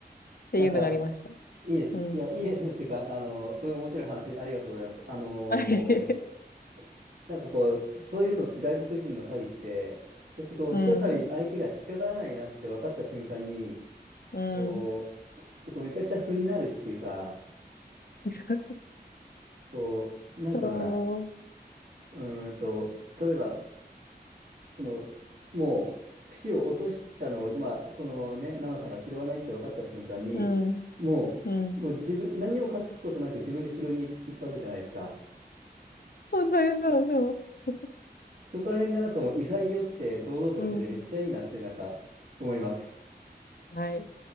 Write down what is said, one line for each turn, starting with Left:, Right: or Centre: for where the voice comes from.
Left: っていうのがありました。
Right: なんか、いいですね。
Left: うん。
Right: いや、いいですね。っていうか、あの、とても面白い話、ありがとうございます。あのー
Left: <laughs> はい。
Right: なんかこう、そういうのって外国人の詐欺って、そうやってこう、
Left: うん。
Right: ひとたび相手が引っかからないなって分かった瞬間に、
Left: うん。
Right: こう、こうめちゃくちゃ素になるっていうか、
Left: そうそう
Right: こう、なんつうのかな、
Left: そう。
Right: うーんと、例えば、その、もう、櫛を落としたのを、まあ、このね、奈々さんが拾わないって分かった瞬間に、
Left: うん。
Right: もう、
Left: うん。
Right: もう自分、何にも隠すことなく自分で拾いに行ったわけじゃないですか。
Left: 本当にそうそう。
Right: そこら辺がなんかもう潔くて、堂々としてて、
Left: うん。
Right: めっちゃいいなって、なんか、思います。
Left: はい。